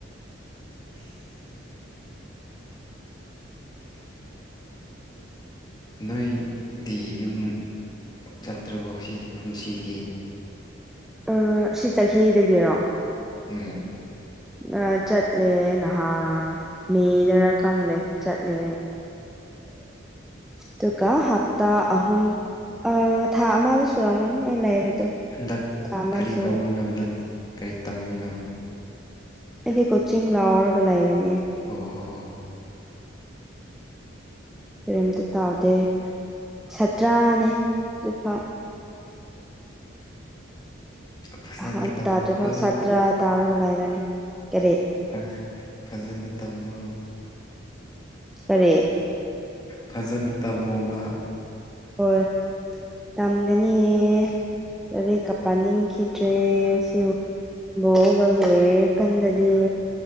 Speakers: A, on the left (about 20°); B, in the centre.
A: <inaudible> ꯅꯣꯏꯗꯤ ꯌꯨꯝ ꯆꯠꯇ꯭ꯔꯕꯣ ꯁꯤꯒꯤ ꯀꯨꯝꯁꯤꯒꯤ
B: ꯑꯥ ꯁꯤ ꯆꯍꯤꯗꯒꯤꯔꯣ
A: ꯎꯝ
B: ꯑꯥ ꯆꯠꯂꯦ ꯅꯍꯥ ꯃꯦꯗꯔꯥ ꯈꯪꯗꯦ ꯆꯠꯂꯦ
A: <inaudible>
B: ꯗꯨꯒꯥ ꯀ ꯍꯞꯇꯥ ꯑꯍꯨꯝ ꯑ ꯊꯥ ꯑꯃꯗ ꯁꯨꯔꯝꯒꯅꯤ ꯑꯩ ꯂꯩꯕꯗꯣ
A: ꯍꯟꯗꯛ
B: ꯊꯥ ꯑꯃ
A: ꯀꯔꯤ
B: ꯁꯨ
A: ꯇꯧꯔ ꯔꯤꯅꯣ ꯅꯪ ꯀꯩ ꯇꯝꯃꯤꯅꯣ
B: ꯑꯩꯗꯤ ꯀꯣꯆꯤꯡ ꯂꯥꯎꯔꯒ ꯂꯩꯕꯅꯦ
A: ꯑꯣ ꯍꯣ ꯍꯣ
B: ꯀꯔꯤꯝꯇ ꯇꯥꯎꯗꯦ ꯁꯠꯇ꯭ꯔꯥꯅꯦ ꯖꯤꯛꯐꯥꯎ
A: ꯐꯖꯅ
B: ꯑꯍꯥꯟꯕ
A: ꯇꯝꯃꯨꯀꯣ
B: ꯇꯥꯗ꯭ꯔꯤꯐꯥꯎ ꯁꯥꯇ꯭ꯔꯥ ꯇꯥꯎꯔꯒ ꯂꯩꯔꯅꯤ ꯀꯔꯤ
A: ꯐꯖ ꯐꯖꯅ ꯇꯝꯃꯣ
B: ꯀꯔꯤ
A: ꯐꯖꯅ ꯇꯝꯃꯣꯕ
B: ꯍꯣꯏ ꯇꯝꯒꯅꯤꯌꯦ ꯂꯔꯤꯛꯀ ꯄꯥꯅꯤꯡꯈꯤꯗ꯭ꯔꯦ ꯁꯤꯕꯨ ꯂꯣꯡꯉ ꯂꯣꯏꯔꯦ ꯈꯟꯗꯗꯤ